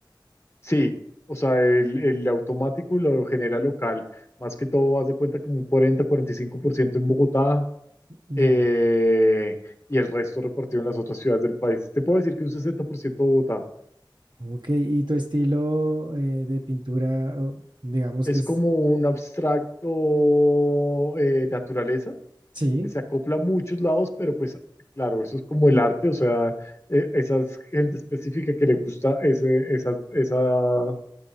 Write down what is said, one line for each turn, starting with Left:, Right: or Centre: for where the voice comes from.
Left: Sí, o sea, el, el automático lo genera local. Más que todo, haz de cuenta como un cuarenta cuarenta y cinco por ciento en Bogotá
Right: Ya.
Left: eh, y el resto repartido en las otras ciudades del país. Te puedo decir que un 60% de Bogotá.
Right: Ok, y tu estilo eh, de pintura, o digamos
Left: Es
Right: que es,
Left: como un abstracto eh, naturaleza
Right: sí,
Left: que se acopla a muchos lados, pero pues claro, eso es como el arte, o sea, eh, esa es gente específica que le gusta ese, esa, esa,